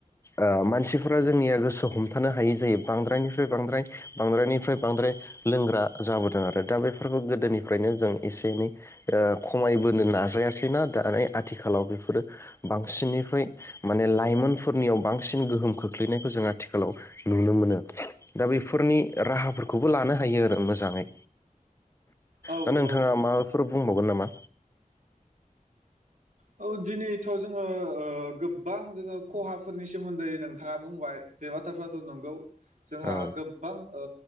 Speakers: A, on the left; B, on the right.
A: ओ मानसिफोरा जोंनिया गोसो हमथानो हायै जायो बांद्रायनिफ्राय बांद्राय बांद्रायनिफ्राय बांद्राय लोंग्रा जाबोदों आरो दा बेफोरखौ गोदोनिफ्रायनो जों एसे एनै ओ खमायबोनो नाजायासैना दानाय आथिखालाव बेफोरो बांसिननिफ्राय माने लाइमोनफोरनियाव बांसिन गोहोम खोख्लैनायखौ जों आथिखालाव नुनो मोनो दा बेफोरनि राहाफोरखौबो लानो हायो आरो मोजाङै
B: औ
A: दा नोंथाङा
B: औ
A: मा
B: नोंथां
A: बुंबावगोन नामा
B: औ दिनैथ' जोङो ओ गोबबां जोङो खहाफोरनि सोमोन्दै नोंथाङा बुंबाय बे बाथ्रा फ्राथ' नंगौ जोंहा
A: औ
B: गोबबां ओ